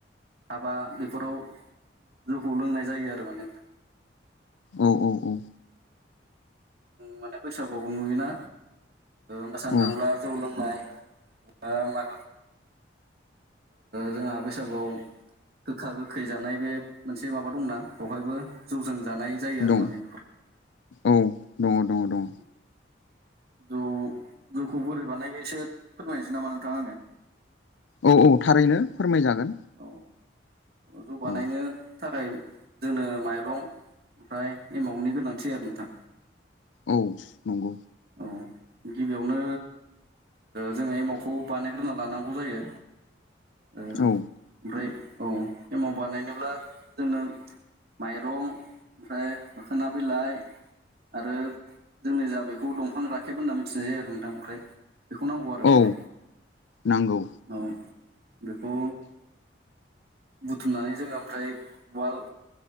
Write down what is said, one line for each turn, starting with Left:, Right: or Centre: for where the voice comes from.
Right: हाबा बेफोराव जौखौ लोंनाय जायो आरो माने नोंथां।
Left: औ औ औ
Right: माने बैसागुआवबो नुयोना। मोसानो
Left: औ
Right: थांब्ला जौ लोंनाय बा मा जोंहा बैसागुआव गोखा गोखै जानाय बे मोनसे माबा दंना बेवहायबो जौजों जानाय जायो आरो
Left: दं
Right: माने।
Left: औ दङ दङ
Right: <inaudible>
Left: दङ
Right: जौ जौखौ बोरै बानायो एसे फोरमायनोसै नामा नोंथां आङो।
Left: औ औ थारैनो फोरमायजागोन।
Right: औ जौ बानायनो
Left: औ
Right: थाखाय जोंनो माइरं ओमफ्राय एमाउनि गोनांथि आरो नोंथां।
Left: औ नंगौ।
Right: औ गिबियावनो जोङो एमावखौ बानायग्रोना लानांगौ। जायो ओमफ्राय
Left: औ
Right: औ एमाव बानायनोब्ला जोंनो माइरं ओमफ्राय मोखोना बिलाइ आरो जोंनि जा बे खौ दंफां राखेब होनना मिथिनाय जायो आरो नोंथां ओमफ्राय बेखौ नांगौ आरो माने।
Left: औ नांगौ
Right: औ बेखौ बुथुमनानै जोङो ओमफ्राय उवाल